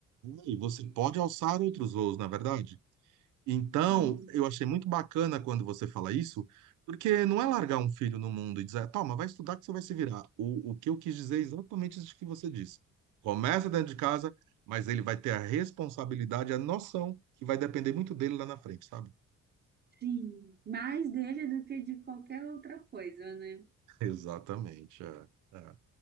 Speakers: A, on the right; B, on the right.
A: e você pode alçar outros voos, na verdade. Então,
B: Sim.
A: eu achei muito bacana quando você fala isso, porque não é largar um filho no mundo e dizer, toma, vai estudar que você vai se virar. O, o que eu quis dizer é exatamente isso que você disse. Começa dentro de casa, mas ele vai ter a responsabilidade, a noção, que vai depender muito dele lá na frente, sabe?
B: Sim. Mais dele do que de qualquer outra coisa, né?
A: <laughs> Exatamente. É, é.